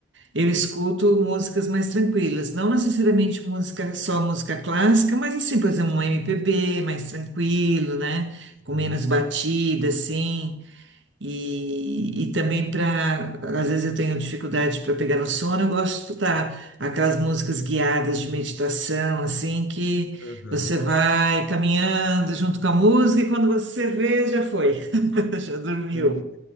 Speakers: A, on the right; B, on the left.
A: eu escuto músicas mais tranquilas, não necessariamente música, só música clássica, mas assim, por exemplo, um MPB mais tranquilo, né? Com
B: aham,
A: menos batida, assim. E, e também para, às vezes eu tenho dificuldade para pegar no sono, eu gosto de escutar aquelas músicas guiadas de meditação, assim, que
B: aham.
A: você vai caminhando junto com a música e quando você vê, já foi, <laughs> já dormiu.
B: Sim,